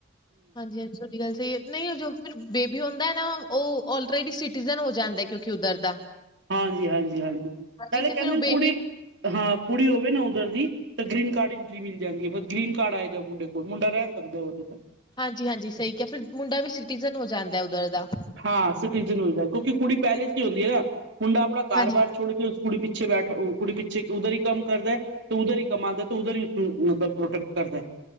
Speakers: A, on the left (about 20°); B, on the right (about 60°).
A: ਹਾਂਜੀ ਹਾਂਜੀ ਤੁਹਾਡੀ ਗੱਲ ਸਹੀ ਹੈ ਨਹੀਂ ਹਜੂਰ ਬੇਬੀ ਹੁੰਦਾ ਨਾ ਉਹ ਆਲਰੇਡੀ ਸਿਟੀਜਨ ਹੋ ਜਾਂਦਾ ਕਿਉਂਕਿ ਉੱਧਰ ਦਾ
B: ਹਾਂਜੀ ਹਾਂਜੀ ਹਾਂਜੀ
A: ਹਾਂਜੀ
B: ਪਹਿਲੇ
A: ਤੇ
B: ਕਹਿੰਦੇ
A: ਫਿਰ ਉਹ
B: ਨੇ
A: ਬੇਬੀ
B: ਕੁੜੀ ਹਾਂ ਕੁੜੀ ਹੋਵੇ ਨਾ ਉੱਧਰ ਦੀ ਤਾਂ ਗ੍ਰਰੀਨ ਕਾਰਡ ਇਂਟਰੀ ਮਿਲ ਜਾਂਦੀ ਫਿਰ ਗ੍ਰਰੀਨ ਕਾਰਡ ਆਏ ਜਾ ਮੁੰਡੇ ਕੋਲ ਮੁੰਡਾ ਰਹਿ ਸਕਦਾ ਹੁੰਦੇ ਕੋਲ
A: ਹਾਂਜੀ ਹਾਂਜੀ ਸਹੀ ਕਿਹਾ ਫਿਰ ਮੁੰਡਾ ਵੀ ਸਿਟੀਜਨ ਹੋ ਜਾਂਦਾ ਉਧਰ ਦਾ
B: ਹਾਂ ਸਿਟੀਜਨ ਮਿਲਦਾ ਕਿਉਂਕਿ ਕੁੜੀ ਪਹਿਲੇ ਸੀ ਹੀ ਹੁੰਦੀ ਹੈ ਨਾ ਮੁੰਡਾ ਆਪਣਾ ਕਾਰਬਾਰ
A: ਹਾਂਜੀ।
B: ਛੋੜ ਕੇ ਉਸ ਕੁੜੀ ਪਿੱਛੇ ਬੈਠ ਕੁੜੀ ਪਿੱਛੇ ਉਧਰ ਹੀ ਕੰਮ ਕਰਦਾ ਹੈ ਤੇ ਉਧਰ ਹੀ ਕਮਉਂਦਾ ਤੇ ਉਧਰ ਹੀ ਪ੍ਰੋਟੈਕਟ ਕਰਦਾ